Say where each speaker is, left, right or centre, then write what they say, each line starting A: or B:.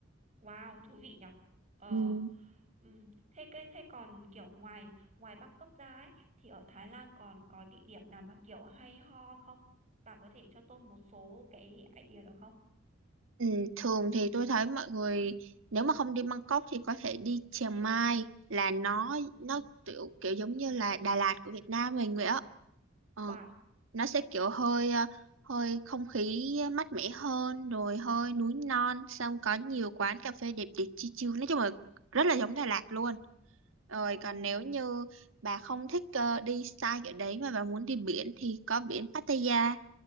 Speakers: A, on the right; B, on the right.
A: wow, thú vị nhở? Ờ,
B: ừ.
A: Ừ. Thế cái thế còn kiểu ngoài ngoài Bangkok ra ấy thì ở Thái Lan còn có địa điểm nào mà kiểu hay ho không? Bà có thể cho tôi một số cái idea được không?
B: Ừ, thường thì tôi thấy mọi người nếu mà không đi Bangkok thì có thể đi Chiang Mai là nó
A: Ừ.
B: nó kiểu kiểu giống như là Đà Lạt của Việt Nam mình vậy á Ờ.
A: Wow.
B: nó sẽ kiểu hơi ờ, hơi không khí mát mẻ hơn rồi hơi núi non xong có nhiều quán cà phê đẹp đẹp chill chill nói chung là rất là giống Đà Lạt luôn rồi
A: Ồ.
B: còn nếu như bà không thích ờ, đi style kiểu đấy mà bà muốn đi biển thì có biển Pattaya
A: Ừ.